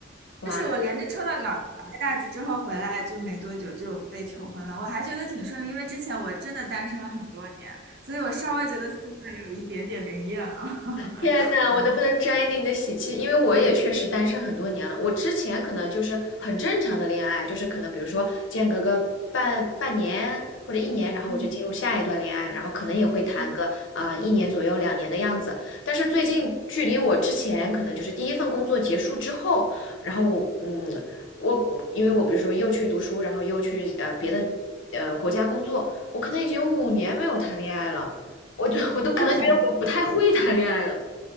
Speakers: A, on the left; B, on the right.
A: 哇，
B: 就是我连着抽到两两个大吉之后回来就没多久就被求婚了，我还觉得挺顺利，因为之前我真的单身了很多年，所以我稍微觉得寺庙有一点点灵验了，<laughs>
A: 天呐，
B: 嗯
A: 我能不能沾一点你的喜气？因为我也确实单身很多年了。我之前可能就是很正常的恋爱，就是可能比如说间隔个半半年或者一年，然后我就进入下一段恋爱，
B: 嗯
A: 然后可能也会谈个啊、
B: 嗯，
A: 呃一年左右两年的样子。但是最近距离我之前可能就是第一份工作结束之后，然后我嗯，我因为我比如说又去读书，然后又去呃别的呃国家工作，我可能已经有五年没有谈恋爱了。我就我都可能觉得我不太会谈恋爱了。
B: 哦，很